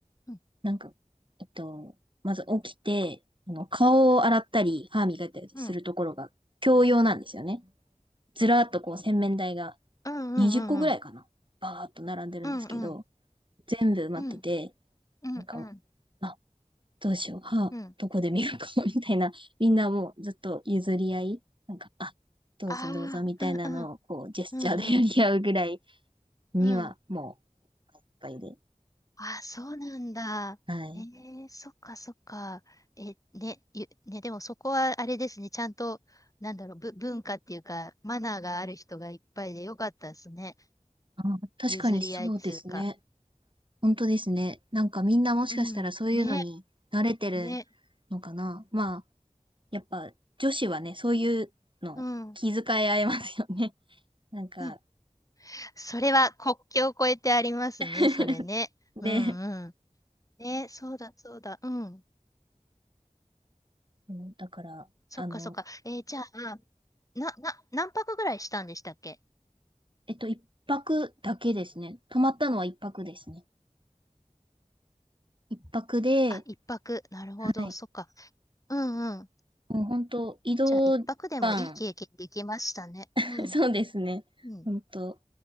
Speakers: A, on the left (about 25°); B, on the right (about 40°).
A: うん、
B: なんか、えっと、まず起きて、あの、顔を洗ったり、歯磨いたりするところが共用なんですよね。
A: うん、
B: ずらーっとこう洗面台が
A: うん、
B: 20個ぐらいかな。
A: うん、
B: バーっと並んでるんですけど、
A: うん、うん、うん、
B: 全部埋まってて、
A: うん、うん、
B: なんか、
A: うん、
B: あどうしよう、歯、
A: うん。
B: どこで磨こうみたいな、<laughs> みんなもうずっと譲り合い、なんか、あ、どうぞどうぞみたいなのを、
A: ああ、うん、うん、
B: こう、ジェスチャーでやり合うぐらい
A: うん、うん、
B: には、
A: うん。
B: もう、いっぱいで。
A: ああ、そうなんだ。
B: はい。
A: えー、そっか、そっか。え、ね、ゆ、ね、でもそこはあれですね、ちゃんと、なんだろう、ぶ、文化っていうか、マナーがある人がいっぱいでよかったですね。
B: あ、確かにそうですね。
A: 譲り合いっつうか。
B: 本当ですね。なんかみんなもしかしたらそういうのに慣れてるのかな。
A: うん、ね、ね。
B: まあ、やっぱ女子はね、そういうの気遣い合いますよね。
A: うん
B: なんか、
A: うん、それは国境を越えてありますね、
B: <laughs>
A: それね。うんうん。
B: ね。
A: ね、そうだ、そうだ。うん。
B: うんだから、
A: そっか、
B: あの、
A: そっか。えーじゃあ、な、な、何泊ぐらいしたんでしたっけ
B: えっと、一泊だけですね。泊まったのは一泊ですね。一泊で、
A: あ、一泊。なるほど、
B: はい。
A: そっか。うんうん。
B: もう本当移動時間、
A: じゃあ、一泊でもいい経験できましたね。
B: <laughs>
A: うん、
B: そうですね。
A: うん、
B: 本当